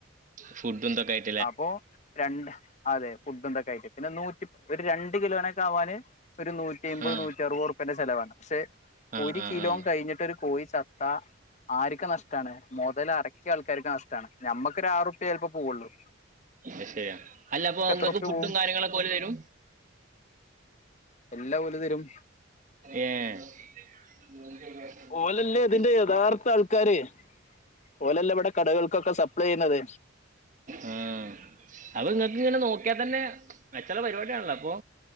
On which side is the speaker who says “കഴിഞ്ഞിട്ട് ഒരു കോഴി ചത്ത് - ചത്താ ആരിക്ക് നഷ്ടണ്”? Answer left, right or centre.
Left